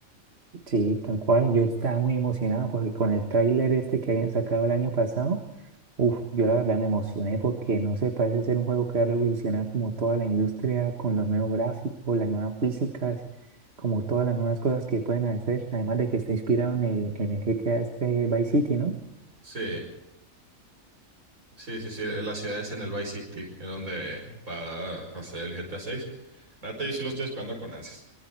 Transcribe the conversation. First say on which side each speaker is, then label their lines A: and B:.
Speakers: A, on the right; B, on the right.
A: Sí, tal cual, yo estaba muy emocionado porque con el tráiler este que habían sacado el año pasado. Uf, yo la verdad me emocioné porque no sé, parece ser un juego que va a revolucionar como toda la industria con los nuevos gráficos, las nuevas físicas, como todas las nuevas cosas que pueden hacer, además de que está inspirado en el, en el GTA este Vice City, ¿no?
B: Sí, sí, sí, sí, la ciudad es en el Vice City, es donde va a hacer el GTA seis. La neta yo sí lo estoy esperando con ansias,